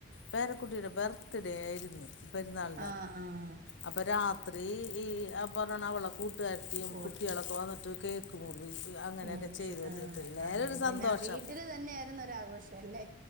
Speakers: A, on the left (about 60°); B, on the right (about 40°).
A: പേരക്കുട്ടീടെ ബർത്ത്ഡേ ആയിര്ന്ന് പെര്ന്നാൾ
B: ആഹ് ആഹ്
A: അപ്പ രാത്രി ഈ ആഹ് പറേണ അവളെ കൂട്ട്കാരത്തീം
B: പോട്ട്
A: കുട്ട്യാളൊക്കെ വന്ന്ട്ട് കേ ക്ക് മുറി അങ്ങനേക്കെ
B: മുറിച്ച്
A: ചെയ്തത്
B: ആ
A: പിള്ളേരൊര്
B: അങ്ങനെ പിന്നെ
A: സന്തോഷം
B: വീട്ടില് തന്നെയായിരുന്നു ഒരാഘോഷം അല്ലേ